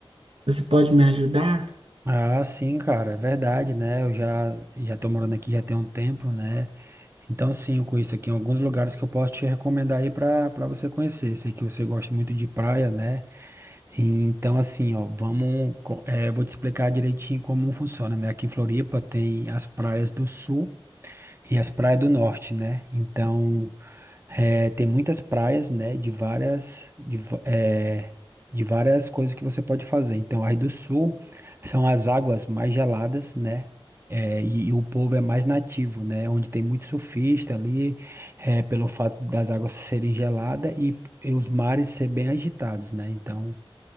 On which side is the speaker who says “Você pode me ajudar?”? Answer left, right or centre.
Right